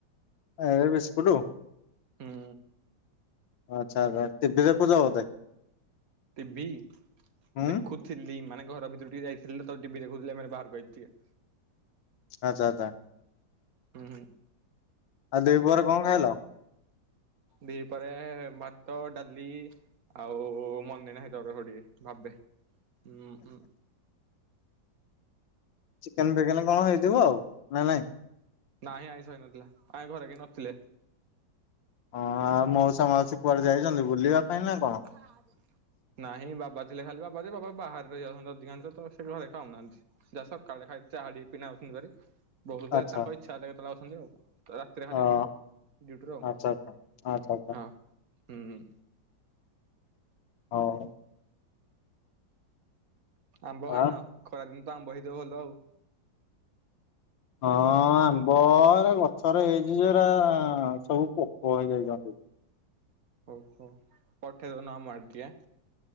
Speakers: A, on the left; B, on the right.
A: ଆରେ ଏ ବିସ୍କୁଟୁ?
B: ହୁଁ।
A: ଆଛା ଆଛା ଟିଭିିଦେଖୂଛ ବୋଧେ?
B: ଟିଭି
A: ହୁଁ
B: ଦେଖୁଥିଲି ମାନେ ଘର ଭିତରୁ ଟିକେ ଯାଇଥିଲି ତ ଟିଭି ଦେଖୁଥିଲି ଆମ ବାହାରକୁ ଆଇଚି ଟିକେ।
A: ଆଛା ଆଛା।
B: ହୁଁ ହୁଁ
A: ଆଉ ଦିଇ ପହରେ କଣ ଖାଇଲ?
B: ଦିଇ ପହରେ ଭାତ ଡାଲି ଆଉ ମନେ ନାହିଁ ତ ରହ ଟିକେ ଭାବେ ଉଁ
A: ଚିକେନ୍ ଫିଇକେନ୍ କଣ ହେଇଥିବ ଆଉ ନା ନାଇଁ?
B: ନାହିଁ ଆଇଁସ ହେଇନଥିଲା ଆମ ଘରେ କିଏ ନଥିଲେ।
A: ହଁ ଆଉ ମଉସା ମାଉସୀ କୁଆଡେ ଯାଇଚନ୍ତି ବୁଲିବା ପାଇଁ ନା କଣ?
B: ହଁ ଆବେ। ନାହିଁ ବାବା ଥିଲେ ଖାଲି ବାବା ଯେ ବାବା ବାହାରେ ରହି ଯାଉଛନ୍ତି ଅଧିକାଂଶ ତ ସେ ଘରେ ଖାଉନାହାନ୍ତି। ଯା ସକାଳେ ଖାଲି ଚାହା ଟିକେ ପିନା କିନା ଆଉଚନ୍ତି ଭାରି ବହୁତ
A: ଆଚ୍ଛା
B: ତାଙ୍କ ଇଛା ହେଲେ କେତେବେ ଆସଚନ୍ତି ଆଉ। ରାତିରେ ଖାଲି
A: ହଁ
B: ଆସନ୍ତୁ ଡୁଟିରୁ ଆଉ
A: ଆଚ୍ଛା ଆଚ୍ଛା ଆଚ୍ଛା ଆଚ୍ଛା
B: ହଁ ହୁଁ।
A: ହୋଉ।
B: ଆମ୍ବ ଖାଇନ
A: ଆ
B: ଖରା ଦିନେ ତ ଆମ୍ବ ହେଇଥିବ ଭଲ ଆଉ।
A: ହଁ ଆମ୍ବ ହେରା ଗଛରେ ହେଇଚି ଯୋଉରା ସବୁ ପୋକ ହେଇଯାଇଚନ୍ତି।
B: ଓଉହୋ ପଠେ ଦଉନ ଆମ ଆଡେ ଟିକେ?